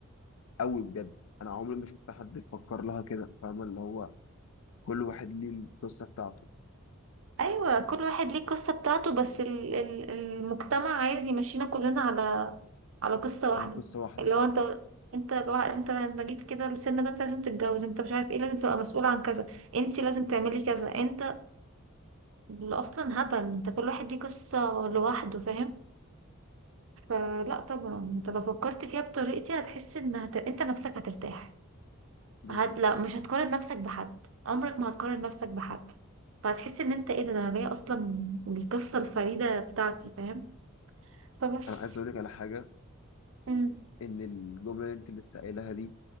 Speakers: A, on the left; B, on the right.
A: أوي بجد أنا عمري ما شفت حد بيفكر لها كده فاهمة اللي هو كل واحد ليه القصة بتاعته
B: ايوه كل واحد ليه القصه بتاعته بس ال... ال... المجتمع عايز يمشينا كلنا على على قصه واحده
A: على قصة واحدة
B: اللي هو انت انت الوا... انت انت جيت كده السن ده انت لازم تتجوز انت مش عارف ايه لازم تبقى مسؤول عن كذا انت لازم تعملي كذا انت اللي اصلا هبل انت كل واحد ليه قصه لوحده فاهم فلا طبعا انت لو فكرت فيها بطريقتي هتحس ان هت... انت نفسك هترتاح
A: بالظبط
B: هت لا مش هتقارن نفسك بحد عمرك ما هتقارن نفسك بحد فهتحس ان انت ايه ده ده انا جايه اصلا القصه الفريده بتاعتي فاهم فبس
A: أنا عايز أقول لك على حاجة
B: امم
A: إن الجملة اللي أنت لسه قايلها دي